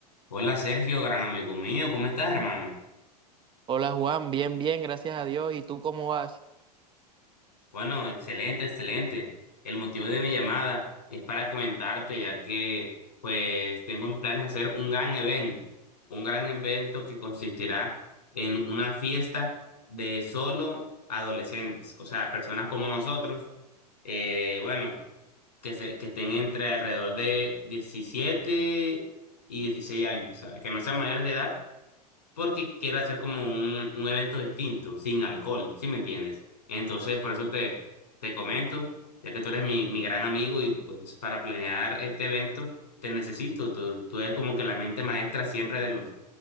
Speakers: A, on the left (about 80°); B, on the right (about 25°).
A: Hola Sergio, gran amigo mío, ¿cómo estás, hermano?
B: Hola Juan, bien, bien, gracias a Dios. ¿Y tú cómo vas?
A: Bueno, excelente, excelente. El motivo de mi llamada es para comentarte, ya que pues tengo mis planes de hacer un gran evento, un gran evento que consistirá en una fiesta de solo adolescentes, o sea, personas como nosotros, eh, bueno, que se, que estén entre alrededor de 17 y 16 años, o sea, que no sean mayores de edad porque quiero hacer como un, un evento distinto, sin alcohol, ¿sí me entiendes? Entonces, por eso te, te comento, ya que tú eres mi, mi gran amigo y pues para planear este evento te necesito, tú, tú eres como que la mente maestra siempre de los,